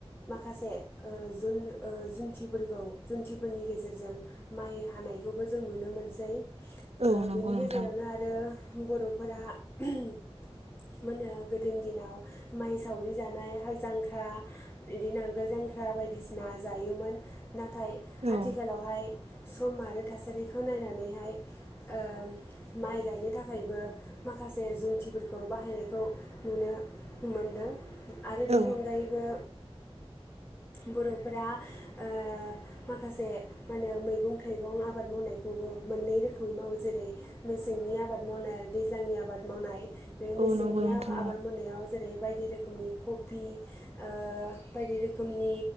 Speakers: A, on the left; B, on the right.
A: माखासे ओ जुन ओ जुन्थिफोरखौ जुन्थिफोरनि गेजेरजों माइ हाना <unintelligible> नायखौबो जों नुनो मोनसै ओ
B: औ नंगौ
A: बेनि
B: नोंथां
A: गेजेरावनो आरो बर'फ फोरा <unintelligible> मोननो गोदोनि दिनाव मायज थावरि जानाय हाल जांख्रा बिदिनो नागोल जांख्रा बायदिसिना जायोमोन ना थाय
B: औ
A: आथिखालावहाय सम आरो थासारिखौ नायनानैहाय ओ माइ गायनो थाखायबो माखासे जुन्थिफोरखौ बाहायनायखौ नुनो मोनदों। आरो
B: औ
A: बेनि अनगायैबो बर'फोरा ओ माखासे मानो मैगं थाइगं आबाद मावनायखौबो मोननै रोखोमाव जेरै मेसेंनि आबाद मावनाय आरो दैज्लांनि आबाद मावनाय बे मेसेंनिया
B: औ नंगौ नोंथां
A: आबाद मावनायाव जेरै बायदि रोख खोमनि क'पि ओ बायदि रोखोमनि